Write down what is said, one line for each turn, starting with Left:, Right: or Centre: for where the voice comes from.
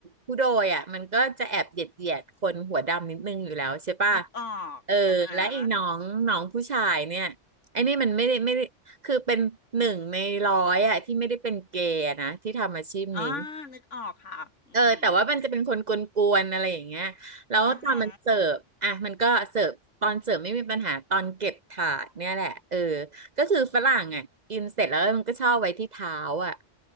Right: ผู้โดยอ่ะมันก็จะแอบเหยียดเหยียดคนหัวดำนิดนึงอยู่แล้วใช่ป่ะ
Left: นึกออกอ่าฮะ
Right: เออและไอ้น้องน้องผู้ชายเนี่ยไอ้นี่มันไม่ได้ไม่ได้คือเป็นหนึ่งในร้อยอ่ะที่ไม่ได้เป็นเกย์อะนะที่ทำอาชีพนี้
Left: อ่านึกออกค่ะอืม
Right: เออแต่ว่ามันจะเป็นคนกวนๆอะไรอย่างเงี้ยแล้วตอนมันเสิร์ฟอ่ะมันก็เสิร์ฟตอนเสิร์ฟไม่มีปัญหาตอนเก็บถาดเนี่ยแหละเออ
Left: อ่าฮะ
Right: ก็คือฝรั่งอ่ะกินเสร็จแล้วมันก็ชอบไว้ที่เท้าอ่ะ
Left: อืม